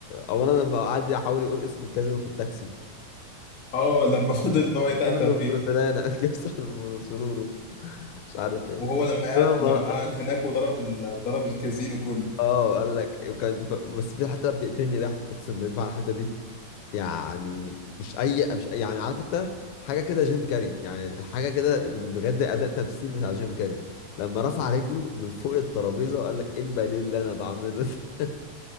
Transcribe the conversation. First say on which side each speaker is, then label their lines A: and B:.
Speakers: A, on the left (about 80°); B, on the left (about 55°).
A: اولا لما قعد يحاول يقول اسم الكازينو في التاكسي
B: اه لما <laughs> فضل ان هو يتهته
A: كازينو
B: فيه
A: برسلانا <laughs> كسر برسلورو مش عارف ايه
B: وهو لما قعد
A: انا
B: لما قعد هناك وضرب ال... ضرب الكازينو كله
A: اه قال لك وكان ف... بس في حتة بتقتلني ضحك اقسم بالله على الحتة دي يعني مش اي مش يعني عارف انت حاجة كده جيم كاري يعني حاجة كده بجد اداء تمثيل بتاع جيم كاري لما رفع رجله من فوق الترابيزة وقال لك ايه الباليه اللي انا بعمله ده <laughs>